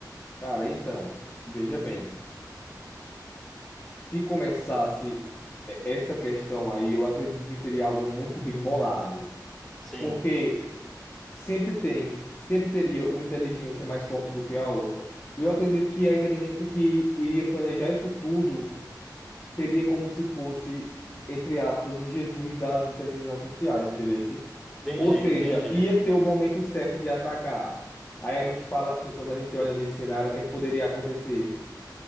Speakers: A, on the left; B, in the centre.
A: Cara, então, veja bem, se começasse e- essa questão aí, eu acredito que seria algo muito bem bolado.
B: Sim,
A: Porque sempre tem, sempre teria uma inteligência mais forte do que a outra. E eu acredito que a inteligência que iria planejar isso tudo seria como se fosse, entre aspas, o Jesus das inteligências artificiais, entendeu?
B: entendi,
A: Ou seja,
B: entendi.
A: ia ter o momento certo de atacar. Aí a gente fala assim, quando a gente olha nesse cenário, o que é que poderia acontecer?